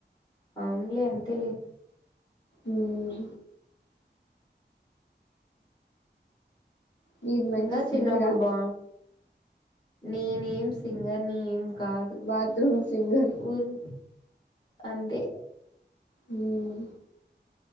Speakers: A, on the left (about 25°); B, on the left (about 80°).
A: అవునులే అంతేలే
B: మ్మ్ మీరు మంచి
A: ఇంగ చిన్నప్పుడు
B: సింగరా
A: బా నేనేం సింగర్ నీ ఏం కాదు
B: బాత్రూమ్ సింగర్
A: ఊరు అంతే
B: మ్మ్